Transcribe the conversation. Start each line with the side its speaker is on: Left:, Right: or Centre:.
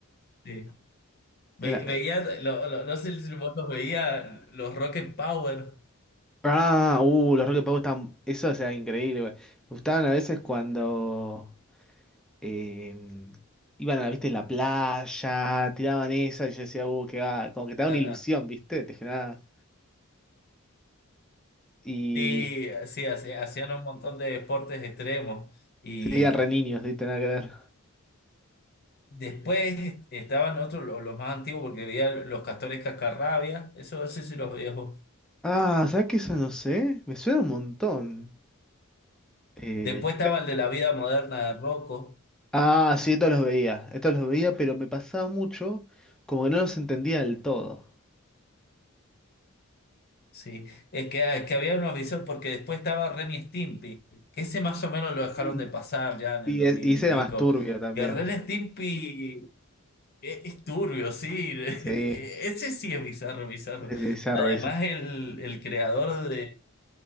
Left: sí. Ve-
Centre: Era-
Left: veía, lo- lo- no sé si vos los veía, los Rocket Power.
Centre: ah, uh, los Rocket Power estaban. Eso era increíble, güey. Me gustaban a veces cuando eh, iban a, viste, la playa, tiraban esa, y yo decía, uh, que va. como que te da
Left: ah,
Centre: una
Left: ah,
Centre: ilusión, ¿viste? Te generaba. Y
Left: Sí, sí, hacía- hacían un montón de deportes extremos. Y
Centre: seguían re niños, ¿viste? Nada que ver.
Left: después estaban otros, lo- los más antiguos, porque veía los Castores Cascarrabias. Eso no sé si los veías vos.
Centre: Ah, ¿sabes qué? Eso no sé. Me suena un montón. Eh,
Left: Después estaba el de la vida moderna de Rocco.
Centre: ah, sí, estos los veía. Estos los veía, pero me pasaba mucho como que no los entendía del todo.
Left: Sí, es que, es que había un aviso porque después estaba Ren y Stimpy, que ese más o menos lo
Centre: Mm.
Left: dejaron de pasar ya en
Centre: Y,
Left: el dos
Centre: es-
Left: mil
Centre: y ese
Left: y pico.
Centre: era más turbio también.
Left: Que Ren y Stimpy es, es turbio, sí, <laughs> ese
Centre: Sí.
Left: sí es bizarro, bizarro.
Centre: Es bizarro,
Left: Además
Centre: es bizarro.
Left: el, el creador de...